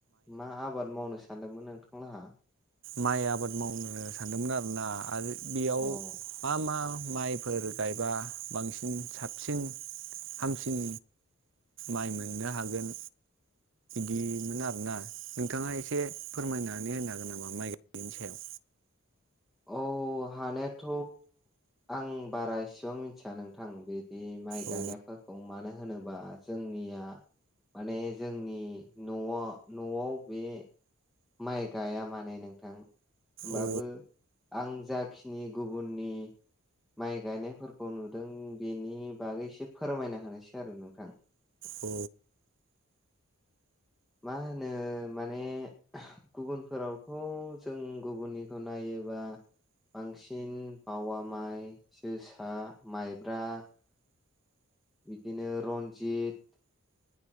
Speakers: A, in the centre; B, on the right (about 55°).
A: मा आबाद मावनो सानदोंमोन नोंथांलाहा
B: माइ आबाद मावनो सानदोंमोन आरोना आरो बेयाव
A: अ
B: मा मा माइफोर गायबा बांसिन साबसिन हामसिन माइ मोननो हागोन बिदिमोन आरोना नोंथाङा एसे फोरमायनानै होनो हागोन नामा माइ गायनायनि सायाव?
A: औ हानायाथ' आं बारा इसिबां मिथिया नोंथां बिदि माइ
B: औ
A: गायनायफोरखौ मानो होनोबा जों निया माने जोंनि न' न'आव बे माइ गाया माने नोंथां होमबाबो
B: औ
A: आं जाखिनि गुबुननि माइ गायनायफोरखौ नुदों बेनि बागै एसे फोरमायना होनोसै आरो नोंथां
B: अ
A: मा होनो माने गुबुनफोरावथ' जों गुबुननिखौ नायोबा बांसिन बावा माइ जोसा माइब्रा बिदिनो रन्जित